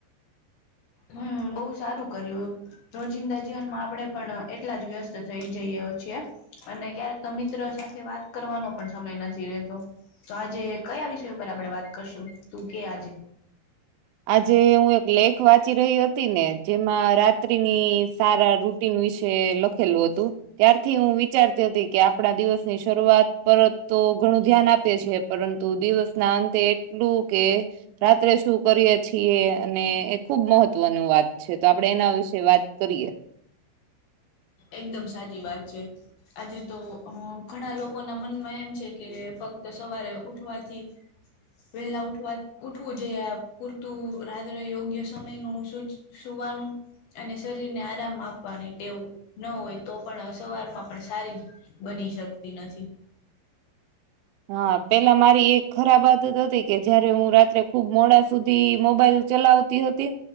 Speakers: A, on the left; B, on the right.
A: હા હા બોઉ સારું કર્યું. રોજિંદા જીવનમાં આપડે પણ એટલા જ વ્યસ્ત થઈ જઈયે <unintelligible> અને ક્યારેક તો મિત્ર સાથે વાત કરવાનો પણ સમય નથી રેહતો. તો આજે કયા વિષય ઉપર આપડે વાત કરશું તું કે આજે?
B: આજે હું એક લેખ વાંચી રેહી હતી ને જેમાં રાત્રિની સારા રૂટીન વિશે લખેલું હતું. ત્યારથી હું વિચારતી હતી કે આપણા દિવસની શરૂઆત પરત તો ઘણું ધ્યાન આપીએ છીએ. પરંતુ દિવસ ના અંતે એટલું કે રાત્રે શું કરીએ છીએ અને એ ખુબ મહત્વનું વાત છે તો આપડે એના વિશે વાત કરીએ.
A: એકદમ સાચી વાત છે. આજે તો હ ઘણા લોકોના મનમાં એમ છે કે ફક્ત સવારે ઉઠવાથી વહેલા ઉઠવા ઉઠવું જોઈએ અ પૂરતું રાત્રે યોગ્ય સમય નું <unintelligible> સુવાનું અને શરીર ને આરામ આપવાની ટેવ ન હોય તો પણ સવારમાં પણ સારી બની શકતી નથી.
B: હા પેહલા મારી એક ખરાબ આદત હતી કે જયારે હું રાત્રે ખુબ મોડા સુધી મોબાઈલ ચલાવતી હતી.